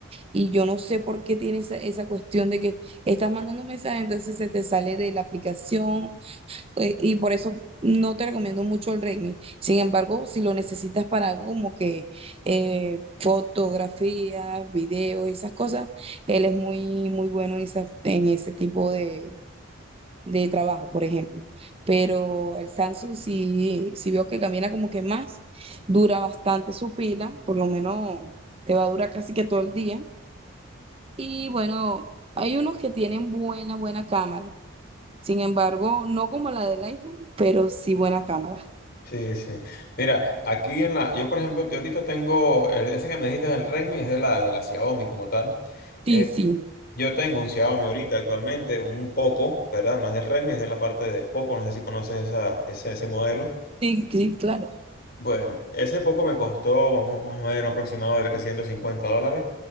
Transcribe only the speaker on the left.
Sí, sí. Mira, aquí en la, yo por ejemplo, yo ahorita tengo, eh, ese que me dijiste del Redmi es de la, de la Xiaomi como tal. Eh,
Yo tengo un Xiaomi ahorita actualmente, un Poco, ¿verdad? No es del Redmi, es de la parte de Poco, no sé si conoces esa, ese, ese modelo.
Bueno, ese poco me costó, vamos, vamos a ver, un aproximado de 350 dólares